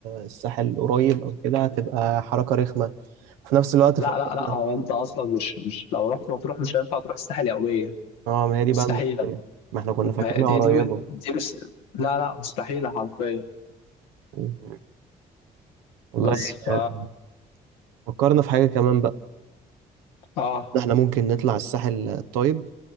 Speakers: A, on the right; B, on the left.
A: الساحل قريب او كده هتبقى حركة رخمة في نفس الوقت
B: لا
A: فكرنا
B: لا لا هو انت اصلا مش مش لو رحت مطروح مش هينفع تروح الساحل يوميا
A: اه ما هي دي
B: مستحيله
A: بقى المشكلة ما احنا كنا فاكرينها
B: ما- دي
A: قريبة
B: دي دي بس لا لا مستحيله حرفيا
A: مم. والله
B: بس ف
A: آه، فكرنا في حاجة كمان بقى
B: اه
A: ده احنا ممكن نطلع الساحل الطيب